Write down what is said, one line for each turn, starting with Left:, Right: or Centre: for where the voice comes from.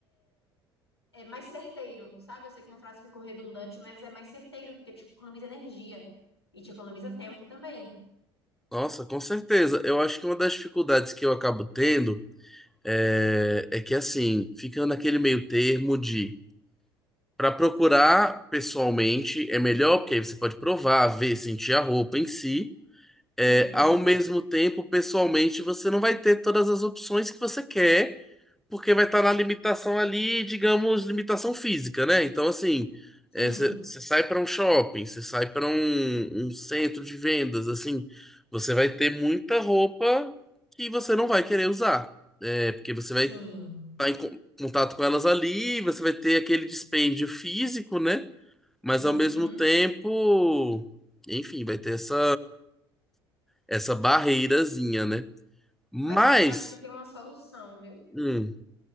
Left: é mais certeiro, sabe? Eu sei que minha frase ficou redundante, mas é mais certeiro, porque te economiza energia e te economiza tempo também.
Centre: Nossa, com certeza. Eu acho que uma das dificuldades que eu acabo tendo é, é que assim, fica naquele meio termo de para procurar pessoalmente é melhor, porque aí você pode provar, ver, sentir a roupa em si. É,
Left: Uhum.
Centre: ao mesmo tempo, pessoalmente, você não vai ter todas as opções que você quer, porque vai estar na limitação ali, digamos, limitação física, né? Então, assim,
Left: Sim,
Centre: é, você sai para um shopping, você sai para um, um centro de vendas, assim, você vai ter muita roupa que você não vai querer usar, é, porque você
Left: sim.
Centre: vai estar em con- contato com elas ali, você vai ter aquele dispêndio físico, né? Mas
Left: Uhum.
Centre: ao mesmo tempo, enfim, vai ter essa essa barreirazinha, né? Mas,
Left: Mas isso aí eu acho que tem uma solução, viu?
Centre: hum,